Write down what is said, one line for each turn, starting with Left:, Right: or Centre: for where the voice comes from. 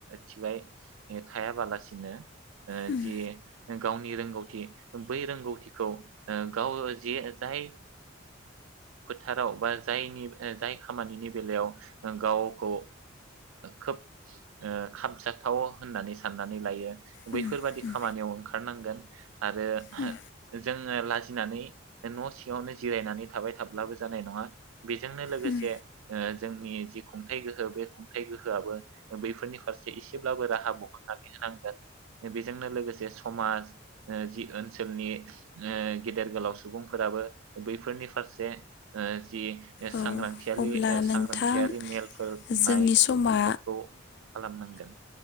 Right: थिबाय थायाबालासिनो
Left: उम
Right: जि गावनि रोंगौ रोंगौथि बै रोंगौथिखौ गाव जे जाय फोथाराव बा जायनि जाय खामानिनि बेलायाव गावखौ खोब खामजाथाव होननानै साननानै लायो
Left: उम
Right: बैफोरबादि
Left: उम
Right: खामानियाव ओंखारनांगोन आरो
Left: उम
Right: जोङो लासै फिनानै न' सिङावनो जिरायनानै थाबाय थाब्लाबो जानाय नङा बेजोंनो लोगोसे
Left: उम।
Right: जोंनि जि खुंथाइ गोहो बे खुंथाइ गोहोआबो बैफोरनि फारसे एसेब्लाबो राहा बहननानै होनांगोन बेजोंनो लोगोसे समाज जि ओनसोलनि गेदेर गोलाव सुबुंफोराबो बैफोरनि फारसे ओ जि बे सांग्रांथियारि
Left: औ अब्ला
Right: ओ
Left: नोंथां
Right: सांग्रांथियारि मेलफोर खुंनाय
Left: जोंनि समा
Right: बेफोरखौ खालामनांगोन